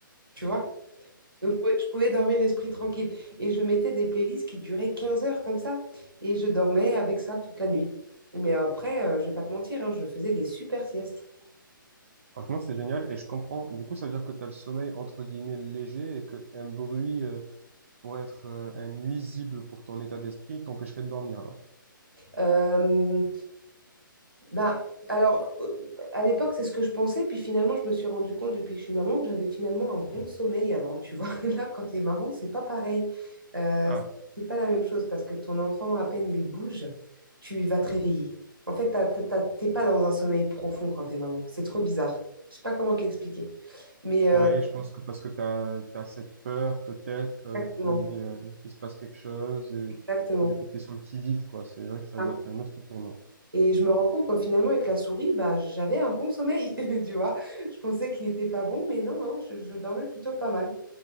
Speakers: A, on the right; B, on the right.
A: Tu vois? Donc, je pouvais, je pouvais dormir l'esprit tranquille. Et je mettais des playlists qui duraient 15 heures comme ça. Et je dormais avec ça toute la nuit. Mais après, euh, je vais pas te mentir, hein, je faisais des super siestes.
B: Franchement, c'est génial et je comprends. Du coup, ça veut dire que tu as le sommeil entre guillemets léger et que un bruit euh, pourrait être euh, un nuisible pour ton état d'esprit, t'empêcherait de dormir alors.
A: Euh, bah, alors, euh, à l'époque, c'est ce que je pensais, puis finalement, je me suis rendu compte depuis que je suis maman que j'avais finalement un bon sommeil avant, tu vois. <laughs> Là, quand t'es maman, c'est pas pareil. Euh,
B: Ah,
A: c'est pas la même chose parce que ton enfant, à peine il bouge, tu vas te réveiller. En fait, t'as- t'as- t'as- t'es pas dans un sommeil profond quand t'es maman. C'est trop bizarre. Je sais pas comment te l'expliquer. Mais euh,
B: Oui, je pense que parce que t'as t'as cette peur peut-être euh,
A: exactement,
B: qui euh, qu'il se passe quelque chose et
A: exactement.
B: du coup t'es sur le qui-vive quoi. C'est vrai que ça
A: Ah.
B: doit être un autre tournant.
A: Et je me rends compte que finalement, avec la souris, bah, j'avais un bon sommeil, <laughs> tu vois. Je pensais qu'il était pas bon, mais non, non, je je dormais plutôt pas mal.